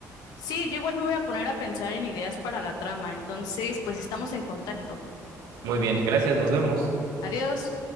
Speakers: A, on the left; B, on the right.
A: Sí, yo igual me voy a poner a pensar en ideas para la trama, entonces pues estamos en contacto.
B: Muy bien, gracias, nos vemos.
A: Adiós.